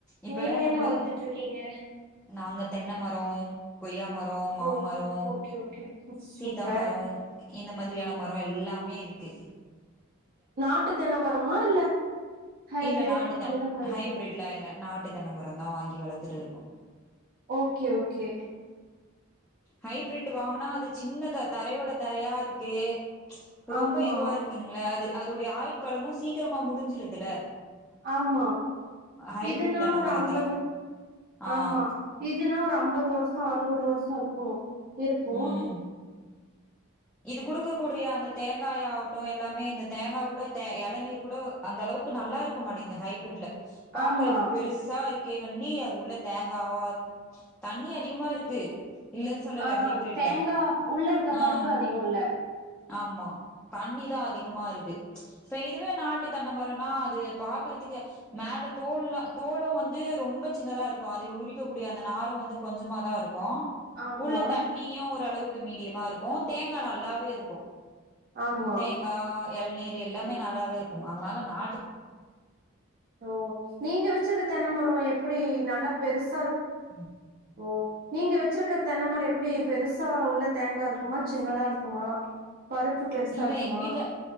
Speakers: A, in the centre; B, on the right (about 45°).
A: இப்ப
B: நீங்க
A: நம்ப
B: என்ன வளத்துட்டு இருக்கீங்க
A: நாங்க தென்ன மரம் கொய்யா மரம் மாமரம்
B: ஓ ஓகே ஓகே சூப்பர்
A: சீதாமரம் இந்த மாரி மாதிரியான மரம் எல்லாமே இருக் கு
B: நாட்டுத் தென்னமரமா இல்ல ஹைபிரிட்
A: இல்ல நாட்டுகன்
B: அந்த மாரிங்க
A: ஹைபிரேட்லா இல்ல நாட்டு தென்ன மரம் ரம் தான் வாங்கி வளத்துட்டு இருக்கோம்
B: ஓகே ஓகே
A: ஹைபிரிட் வாங்குனா அது சின்னதா தரையோட தரையா இருக்கு ச் ரொம்ப
B: ஆமா
A: இதுவா இருக்குங்கள அது அதோடைய ஆயுட்காளமு சீக்கிரமா முடிஞ்சுருதுல
B: ஆமா
A: ஹைபிரிட்
B: இதுனா
A: தென்ன
B: ஒரு
A: மரத்துல
B: அம்பது
A: ஆ
B: ஆமா இதுனா ஒரு அம்பது வருஷோ அறுவது வருஷ் ஷொ இருக்கூ இருக்கூ
A: ம் இது குடுக்கக்கூடிய அந்த தேங்காயாவு ட்டோ எல்லாமே இந்த தேங்கா கூட தே எளநீர் கூட அந்த அளவுக்கு நல்லா இருக்க மாட்டிங்குது ஹைபிரிட்ல பாக்குறதுக்கு
B: ஆமா
A: பெருச்சா இருக் கேகண்டி அது உள்ள தேங்காவா தண்ணி அதிகமா இருக்கு இல்லன்னு சொல்லல
B: ஆஹ்
A: ஹைபிரிட்ல
B: தேங்கா உள்ள இருக்க
A: ஆ
B: பருப்பு அதிகொல்ல
A: ஆமா தண்ணிதா அதிகமா இருக்கு ச இதுவே நாட்டு தென்ன மரோனா அது பாக்குறதுக்கு மேல தோல்லா தோலு வந்து ரொம்ப சின்னதா இருக்கு அது உரிக்கக்கூடிய அந்த நாறு வந்து கொஞ்சமாதா இருக் கூ
B: ஆமா
A: உள்ள தண்ணியு ஓரளவுக் கு மீடியமா இருக்கு தேங்கா நல்லாவே இருக் கு
B: ஆமா
A: தேங்கா எளநீர் எல்லாமே நல்லாவே இருக்கூ அதனால நாட்டு
B: ஓ நீங்க வெச்சது தென்ன மரோ எப்டி நல்லா பெருசா இருக்
A: உம்
B: ஒ நீங்க வெச்சிருக்குற தென்னமரோ எப்டி பெருசா உள்ள தேங்கா இருக்குமா சின்னதா இருக்குமா பருப்பு பெருசா
A: இல்ல
B: இருக்குமா
A: எங்க வீட்டுல